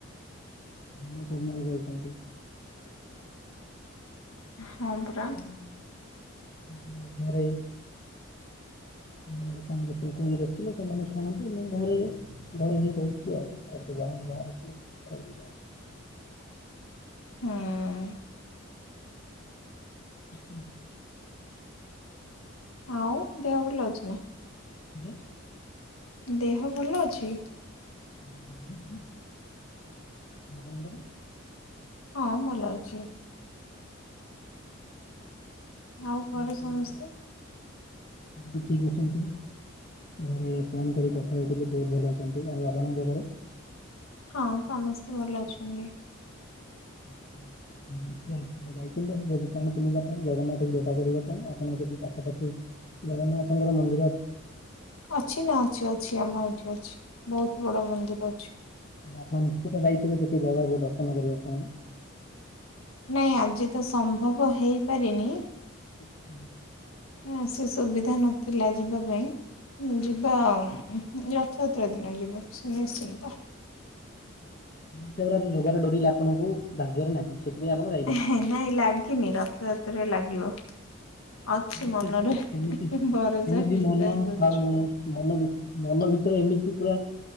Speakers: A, on the left; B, on the left.
A: ସବୁ ନେଇ ଯାଉଚନ୍ତି।
B: ହଁ ପରା।
A: ହଁ, ଘରେ ସେମାନଙ୍କ ପାଇଁ ରୋଷେଇ କରିକି ରଖିଲେ ସେମାନେ ଖାଆନ୍ତି, ମୁଁ ଘରେ ଘରେ ବିି ରହିଛି ଆଉ, କୁଆଡ଼େ ତ ଯାଉନି ବାହାରକୁ ଖାଲି
B: ହୁଁ-ଉଁ-ଉଁ-ଉଁ।
A: ହଁ
B: ଆଉ ଦେହ ଭଲ ଅଛି ନା?
A: ହ୍ୟାଲୋ।
B: ଦେହ ଭଲ ଅଛି?
A: ହୁଁ ହୁଁ, ଆପଣଙ୍କର?
B: ହଁ ଭଲ ଅଛି। ଆଉ ଘରେ
A: ଆପଣଙ୍କର
B: ସମସ୍ତେ?
A: ଘରେ ଠିକ୍ ଅଛନ୍ତି। ମୁ ଫୋନ୍ କରି କଥା ହଉଥିଲି ବହୁତ ଭଲ ଅଛନ୍ତି ଆଉ ଆପଣଙ୍କ ଘରେ?
B: ହଁ ସମସ୍ତେ ଭଲ ଅଛନ୍ତି।
A: <unintelligible> ଏବେ ଯାଇଛନ୍ତି <inaudible> ଦୋକାନକୁ କିଣିବା ପାଇଁ ଜଗନ୍ନାଥଙ୍କୁ ଦେଖା କରିବା ପାଇଁ ଆପଣ ସେଠି ପାଖାପାଖି ଜଗନ୍ନାଥଙ୍କର ମନ୍ଦିର
B: ଅଛି ନା ଅଛି-ଅଛି ଆମ ଏଠି ଅଛି ବହୁତ ବଡ ମନ୍ଦିର ଅଛି।
A: ତେଣୁ ଆପଣ ନିଶ୍ଚିତ ଯାଇଥିବେ ସେଠି ଜଗାକୁ ଦର୍ଶନ କରିବା ପାଇଁ।
B: ନାଇଁ ଆଜି ତ ସମ୍ଭବ ହେଇପାରିନି।
A: ଆଚ୍ଛା।
B: ହଁ ସେ ସୁବିଧା ନଥିଲା ଯିବା ପାଇଁ। ଯିବା ଆଉ ଉଁହୁଁହୁଁ ରଥଯାତ୍ରା ଦିନ ଯିବା ସୁନିଶ୍ଚିନ୍ତ।
A: ଈଶ୍ୱର ଆଜି ଯୋଗାଡ଼ କରିଲେ ଆପଣଙ୍କୁ ଭାଗ୍ୟରେ ନାହିଁ। ସେଥିପାଇଁ ଆପଣ ଯାଇ
B: ହେ ନାଇଁ ଲାଗିନି ରଥଯାତ୍ରାରେ ଲାଗିବ। ଅଛି
A: ଏମିତି
B: ମନରେ
A: କିଛି
B: ଭରସା
A: ଏମିତି ଏମିତି
B: ବିଶ୍ୱାସ
A: ମନ
B: ଅଛି।
A: ଆଉ ମନ ଭି ମନ ଭିତରେ ଏମିତି ପୁରା